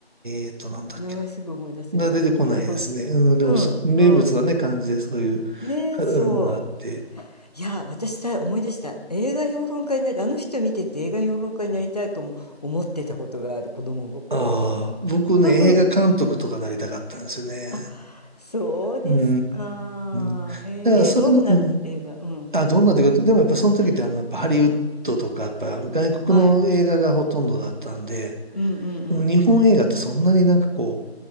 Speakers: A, on the right; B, on the left.
A: えーっと、なんだっけ
B: 名前すぐ思い出せない。
A: な。な出てこないですね。
B: <laughs>
A: うん、でもそ、
B: うん、
A: 名物はね、
B: うん。
A: 感じでそういう、
B: ね、
A: かうん、
B: そ
A: あって。
B: う。いや、私さ、思い出した。映画評論家になり、あの人見てて映画評論家になりたいとも思ってたことがある、子供心に。
A: ああー、僕ね、
B: <laughs>
A: 映画監督とかなりたかったんですよね。
B: あ、そうですか。
A: うーん。だ
B: へえ、
A: からそういうの、
B: え、どんな映画うん。
A: うん。あ、どんなというか、でもやっぱその時ってあの、
B: うん。
A: やっぱハリウッドとか、やっぱ外国の映画がほとんどだったんで、
B: はい。うんうんうん。
A: 日本映画ってそんなになんかこ